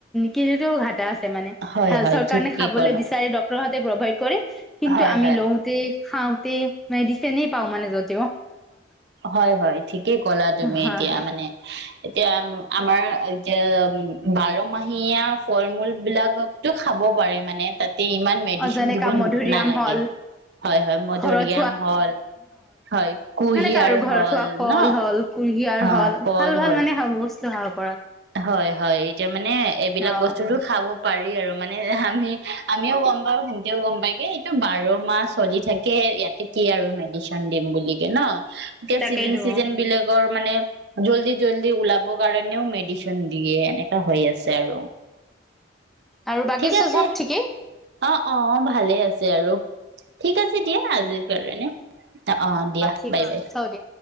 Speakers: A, in the centre; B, on the right.
A: কিনিতেও ঘাটা আছে মানে
B: হয়
A: হেল্থৰ
B: হয়
A: কাৰণে
B: ঠিকেই
A: খাবলৈ
B: ক'লা
A: বিচাৰে ডক্টৰ প্ৰভাইড কৰে কিন্তু
B: হয়
A: আমি
B: হয়
A: লওঁতে খাওঁতে মেডিচনে পাও মানে য'ত
B: হয় হয় ঠিকেই কলা তুমি
A: হয়
B: এতিয়া
A: হয়
B: মানে এতিয়া উম আমাৰ এতিয়া উম বাৰমাহীয়া ফল মুল বিলাক তো খাব পাৰে মানে তাত ইমান মেডিচিন
A: অজানে
B: দিব
A: কাম মধুৰিআম
B: নালাগে
A: হ'ল
B: হয় হয় মধৰিয়াম
A: ঘৰত
B: হল হয় কুঁহিয়াৰ
A: মানে কাৰু
B: হ'ল
A: ঘৰত হোৱা কল
B: ন
A: হল কুহিয়াৰ
B: অ
A: হল
B: কল
A: ভাল ভাল
B: হ'ল
A: মানে খাব ইস্তি হাট
B: হয় হয় এতিয়া মানে এইবিলাক
A: অ',
B: বস্তুৰো খাব পাৰি আৰু মানে আমি আমিও গম পাও হেহতেও গম পায়গে এইটো বাৰ মাহ চলি থাকে ইয়াতে কি আৰু মেডিচিন দিম বুলিকে ন এতিয়া
A: তাকেইতো।
B: চিজন চিজন
A: অ'।
B: বিলাকৰ মানে জল্দি জল্দি ওলাব কাৰণেও মেডিন দিয়ে এনেক হৈ আছে আৰু
A: আৰু বাকিচো
B: ঠিক আছে
A: চব ঠিকেই
B: অ অ অ ভালে আছে আৰু। ঠিক আছে দিয়া আজিৰ কাৰণে, অ দিয়া
A: ঠিক
B: বাই
A: আছে
B: বাই।
A: থও দিয়া।